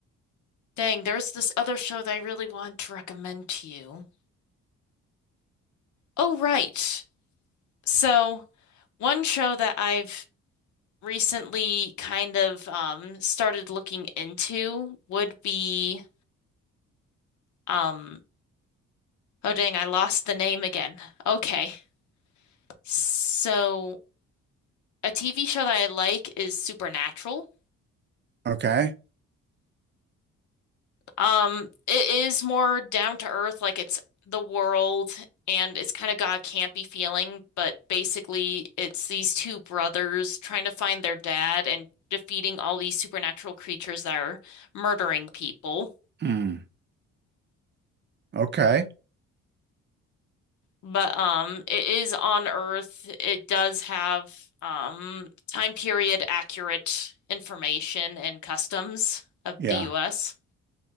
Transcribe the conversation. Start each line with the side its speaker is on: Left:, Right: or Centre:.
Left: dang, there's this other show that I really want to recommend to you. Oh, right. So One show that I've recently kind of um, started looking into would be um, oh dang, I lost the name again. Okay. So a TV show that I like is Supernatural.
Right: Okay.
Left: Um, it is more down to earth, like it's the world and it's kind of got a campy feeling, but basically it's these two brothers trying to find their dad and defeating all these supernatural creatures that are murdering people.
Right: Hmm. Okay.
Left: But um it is on Earth. It does have um time period accurate information and customs of
Right: Yeah.
Left: the US.